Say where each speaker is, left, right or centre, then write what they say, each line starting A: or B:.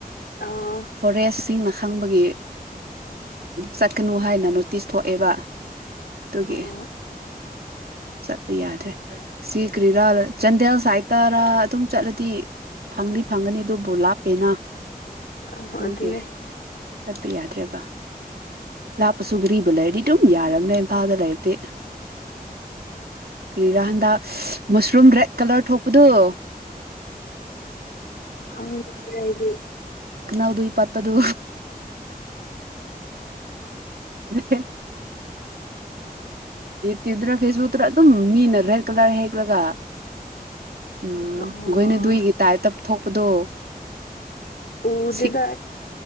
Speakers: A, on the left (about 90°); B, on the right (about 75°).
A: ꯑꯥ
B: ꯐꯣꯔꯦꯏ ꯁꯤꯃ ꯈꯪꯕꯒꯤ ꯆꯠꯀꯅꯨ ꯍꯥꯏꯅ ꯅꯣꯇꯤꯁ ꯊꯣꯛꯑꯦꯕ ꯑꯗꯨꯒꯤ
A: ꯑꯣ
B: ꯆꯠꯄ ꯌꯥꯗ꯭ꯔꯦ ꯁꯤ ꯀꯔꯤꯔꯥ ꯆꯥꯟꯗꯦꯜ ꯁꯥꯏꯠꯇꯔ ꯑꯗꯨꯝ ꯆꯠꯂꯗꯤ ꯐꯪꯗꯤ ꯐꯪꯒꯅꯤ ꯑꯗꯨꯕꯨ ꯂꯥꯞꯄꯦꯅ
A: ꯑꯥ
B: ꯇꯒꯦ
A: ꯑꯗꯨꯅꯦ
B: ꯆꯠꯄ ꯌꯥꯗ꯭ꯔꯦꯕ ꯂꯥꯞꯄꯁꯨ ꯒꯔꯤꯕꯨ ꯂꯩꯔꯗꯤ ꯑꯗꯨꯝ ꯌꯥꯔꯕꯅꯦ ꯏꯝꯐꯥꯜꯗ ꯂꯩꯕꯗꯤ ꯀꯔꯤꯔꯥ ꯍꯟꯗꯛ ꯃꯁꯔꯨꯝ ꯔꯦꯠ ꯀꯂꯔ ꯊꯣꯛꯄꯗꯨꯣ
A: ꯈꯪ ꯍꯥꯏꯗꯤ
B: ꯅꯎꯗꯨ ꯏꯄꯥꯄ ꯑꯗꯨ <inaudible> <unintelligible> ꯇꯤꯗꯨꯅ ꯐꯦꯁꯕꯨꯛꯇꯗ ꯑꯗꯨꯝ ꯃꯤꯅ ꯔꯦꯗ ꯀꯂꯔ ꯍꯦꯛꯂꯒ ꯎꯝ
A: ꯑꯥ
B: ꯒꯨꯏꯅ ꯗꯨꯏꯒꯤ ꯇꯥꯏꯄꯇ ꯊꯣꯛꯄꯗꯣ
A: ꯎꯗꯦꯗ
B: ꯁꯤꯛ